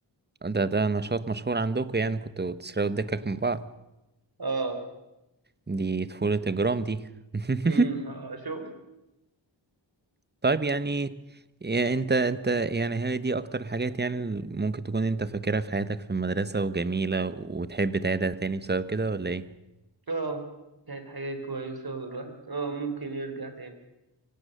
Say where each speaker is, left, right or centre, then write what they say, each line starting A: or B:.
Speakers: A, on the right (about 20°); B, on the right (about 50°).
A: ده ده نشاط مشهور عندكم يعني كنتوا بتسرقوا الدكك من بعض
B: اه
A: دي طفولة اجرام دي <laughs>
B: امم اه شوف
A: طيب يعني إيه انت انت يعني هي دي اكتر الحاجات يعني اللي ممكن تكون انت فاكرها في حياتك في المدرسة وجميلة وتحب تعيدها تاني بسبب كده ولا ايه
B: اه كانت حاجة كويسة والواحد اه ممكن يرجع تاني